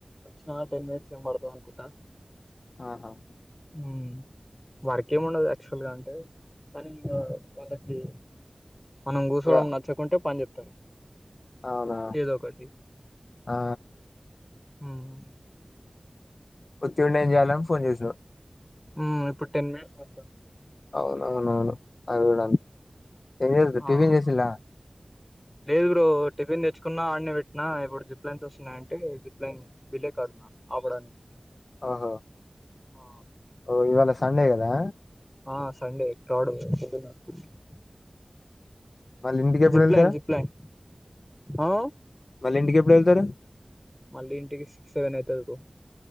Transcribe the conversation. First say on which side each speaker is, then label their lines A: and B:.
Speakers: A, on the left; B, on the left.
A: వచ్చినా టెన్ మినిట్స్ బడతవ అన్కుటా
B: ఆహా
A: మ్.. వర్కేమి ఉండదు యాక్చువల్ గా అంటే కానీ ఇంకా వాళ్ళకి మనం కూచోవడం
B: ఇగ
A: నచ్చకుంటే పని చెప్తారు
B: అవునా
A: ఏదో ఒకటి
B: ఆ
A: మ్
B: ఉత్తిగ ఉండేం చేయాలని ఫోన్ చేసావ్
A: మ్ ఇప్పుడు టెన్ మినిట్స్ పడతది
B: అవున అవునవును అవి కూడా ఏం చేస్తుద్
A: ఆ
B: టీఫిన్ చేసిలా
A: లేదు బ్రో టిఫన్ తెచ్చుకున్నా ఆడనే పెటి నా ఇప్పుడు జిప్లైన్స్ వస్తున్నాయింటే జిప్ లైన్ డిలే కాదున్నా ఆపడానికి
B: ఆహా
A: ఆ
B: ఓ ఇవాళ సండే కదా
A: ఆ సండే క్రౌడ్ <unintelligible>
B: మళ్ళి ఇంటికెప్పుడు
A: జిప్
B: వెళ్తారు
A: లైన్ జిప్ లైన్ ఆ
B: మళ్ళి ఇంటికి ఎప్పుడు వెళ్తారు
A: మళ్ళీ ఇంటికి సిక్స్ సెవెన్ అయితాది బ్రో